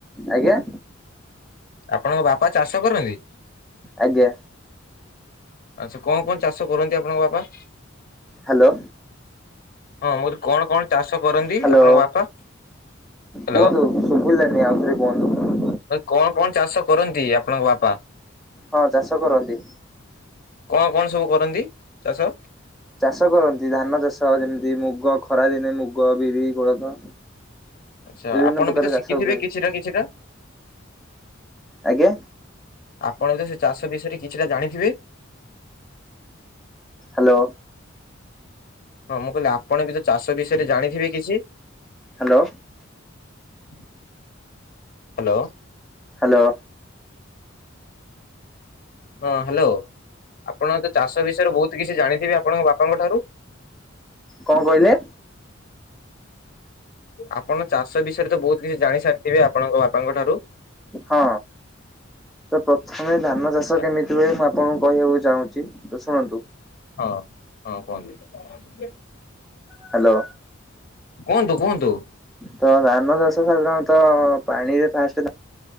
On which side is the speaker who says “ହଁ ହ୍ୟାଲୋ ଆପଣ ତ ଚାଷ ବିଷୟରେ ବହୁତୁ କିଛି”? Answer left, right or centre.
Left